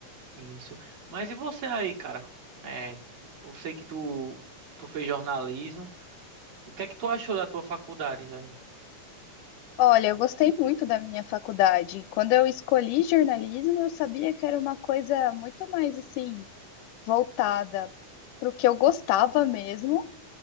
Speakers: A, on the right (about 40°); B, on the left (about 85°).
A: isso. Mas e você aí, cara? É, eu sei que tu, tu fez jornalismo. O que é que tu achou da tua faculdade, velho?
B: Olha, eu gostei muito da minha faculdade. Quando eu escolhi jornalismo, eu sabia que era uma coisa muito mais assim, voltada para o que eu gostava mesmo